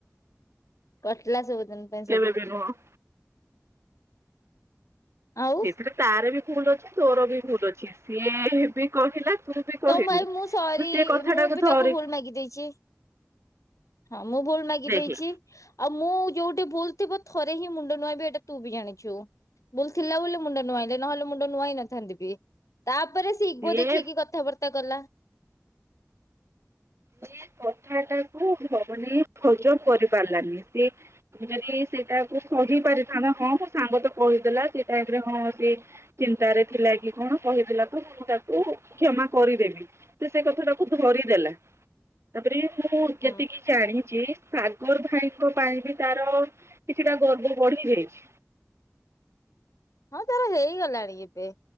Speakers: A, on the left; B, on the right.
A: କଟିଲ ସବୁଦିନ। ପାଇଁ ସବୁ
B: କେବେ ବି ନୁହଁ।
A: ଆଉ
B: ସେଥିରେ ତାର ବି ଭୁଲ ଅଛି ତୋର ବି ଭୁଲ ଅଛି ସିଏ ବି କହିଲା। ତୁ ବି କହିଲୁ
A: ତ ମୁଁ ସରି
B: ତୁ ସେ କଥାଟାକୁ
A: ମୁଁ ବି
B: ଧରି
A: ତାକୁ ଭୁଲ ମାଗି ଦେଇଛି। ହଁ ମୁଁ ଭୁଲ ମାଗି
B: ଦେଖେ
A: ଦେଇଛି। ଆଉ ମୁଁ ଯୋଉଠି ଭୁଲ ଥିବ ଥରେ ହିଁ ମୁଣ୍ଡ ନୁଆଁବି ଏଇଟା ତୁ ବି ଜାଣିଛୁ। ବୁଲ ଥିଲା ବୋଲି ମୁଣ୍ଡ ନୁଆଇଁଲେ ନହେଲେ ମୁଣ୍ଡ ନୁଆଇ ନଥାନ୍ତି ବି। ତାପରେ ସେ ଇଗୋ
B: ସିଏ
A: ଦେଖେଇକି କଥାବାର୍ତ୍ତା କଲା।
B: ସେ କଥା ଟା କୁ ଭନେଇ ଭୋଜନ କରି ପାରିଲାନି ସି ଯଦି ସେଇଟା ସଝ ପାରିଥାନ୍ତା ହଁ ମୋ ସାଙ୍ଗ ତ କହିଦେଲା ସେ ଟାଇ ରେ ହଁ ସେ ଚିନ୍ତାରେ ଥିଲା କି କଣ କହିଥିଲା ତ ମୁଁ ତାକୁ କ୍ଷମା କରିଦେବି। ସେ ସେ କଥା ଟାକୁ ଧରିଦେଲା ତାପରେ ମୁଁ
A: ହୁଁ
B: ଯେତିକି ଜାଣିଛି ସାଗର ଭାଇଙ୍କ ପାଇଁ ବି ତାର କିଛିଟା ଗର୍ବ ବଢି ଯାଇଛି।
A: ହଁ ତାର ହେଇଗଲାଣି କିନ୍ତୁ।